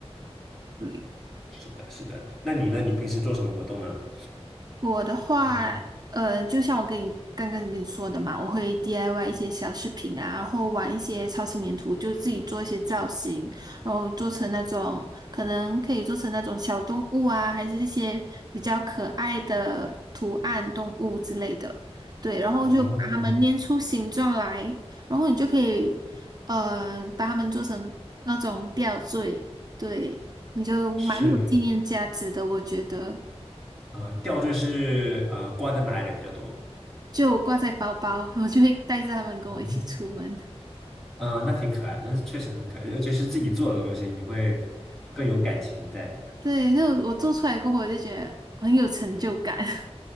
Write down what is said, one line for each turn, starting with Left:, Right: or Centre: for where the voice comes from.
Right: 对
Centre: 是的，是的。那你呢？你平时做什么活动呢？
Right: 我的话，
Centre: 你
Right: 呃，就像我跟你刚刚跟你说的嘛，我会 DIY 一些小饰品啊，然后玩一些超轻粘土，就自己做一些造型，然后做成那种可能可以做成那种小动物啊，还是一些比较可爱的图案动物之类的。对，然后就把它们捏出形状来，
Centre: 哦，
Right: 然后你就可以，呃，把它们做成那种吊坠，对，你就蛮有纪念价值的，
Centre: 是
Right: 我觉得。
Centre: 啊，呃吊坠是啊，挂在哪里比较多？
Right: 就挂在包包，<laughs> 我就会带着他们跟我一起出门。
Centre: 哦啊、那挺可爱的，那确实很可爱，尤其是自己做的东西，你会更有感情在。
Right: 对，就我做出来过后，我就觉得很有成就感。<laughs>